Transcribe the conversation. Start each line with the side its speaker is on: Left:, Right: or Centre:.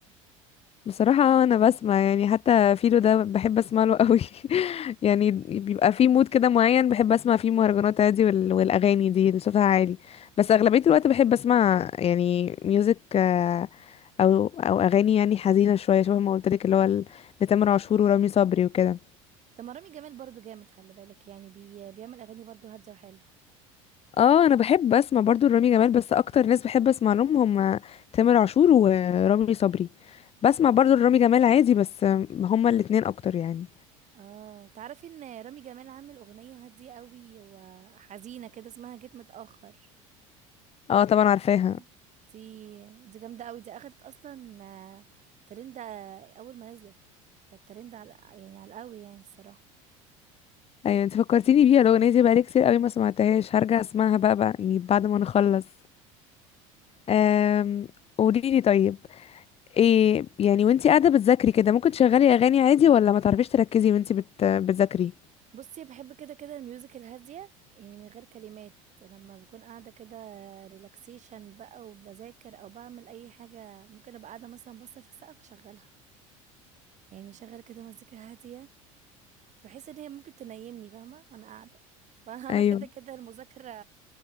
Left: بصراحة أنا بسمع يعني حتى فيلو ده بحب أسمع له قوي <laughs> يعني بيبقى في مود كده معين بحب أسمع فيه مهرجانات عادي وال... والأغاني دي اللي صوتها عالي بس أغلبية الوقت بحب أسمع يعني ميوزك آه، أو أو أغاني يعني حزينة شوية شبه ما قلتلك اللي هو ال- لتامر عاشور ورامي صبري وكده
Right: طب ما رامي جمال برضو جامد خلي بالك يعني بي... بيعمل اغاني برضو هاديه وحلو
Left: اه انا بحب اسمع برضو رامي جمال بس اكتر ناس بحب اسمع لهم هم تامر عاشور ورامي صبري بسمع برضو رامي جمال عادي بس هم الاتنين اكتر يعني
Right: اه تعرفي ان رامي جمال عامل اغنيه هاديه قوي وحزينه كده اسمها جيت متاخر
Left: اه طبعا عارفاها
Right: صح. دي دي جامده قوي دي اخدت اصلا آه، ترند آه، اول ما نزلت كانت ترند على يعني على القوي يعني الصراحه
Left: ايوه انت فكرتيني بيها الاغنيه دي بقالي كتير قوي ما سمعتهاش هرجع اسمعها بقى بقى يعني بعد ما نخلص أم... قولي لي طيب ايه يعني وانتي قاعده بتذاكري كده ممكن تشغلي اغاني عادي ولا ما تعرفيش تركزي وانتي بت... بتذاكري
Right: بصي بحب كده كده الميوزك الهاديه يعني من غير كلمات لما بكون قاعده كده ريلاكسيشن بقى وبذاكر او بعمل اي حاجه ممكن ابقى قاعده مثلا باصه في السقف اشغلها يعني شغل كده مزيكا هادية بحس ان هي ممكن تنيمني فاهمة وانا قاعدة <laughs> فانا
Left: ايوه
Right: كده كده المذاكرة